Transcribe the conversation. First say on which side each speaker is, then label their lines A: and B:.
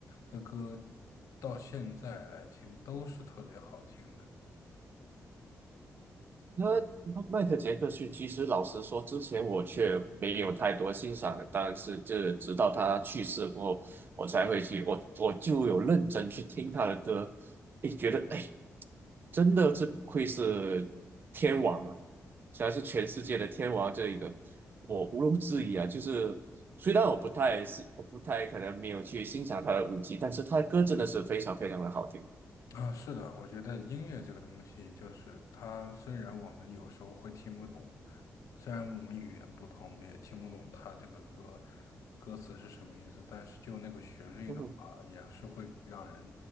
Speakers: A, on the left; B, on the right.
A: 的歌到现在来听都是特别好听的。
B: 那迈克杰克逊，其实老实说，之前我却没有太多欣赏，但是这直到他去世过后，我才会去，我我就有认真去听他的歌，诶，觉得诶真的，这不愧是天王啊！虽然是全世界的天王，这一个我毋庸置疑啊。就是虽然我不太喜，我不太可能没有去欣赏他的舞技，但是他的歌真的是非常非常的好听。
A: 啊，是的，我觉得音乐这个东西，就是它虽然我们有时候会听不懂，虽然我们语言不通，我们也听不懂它这个歌歌词是什么意思，但是就那个旋律的话，
B: 嗯哼，
A: 也是会让人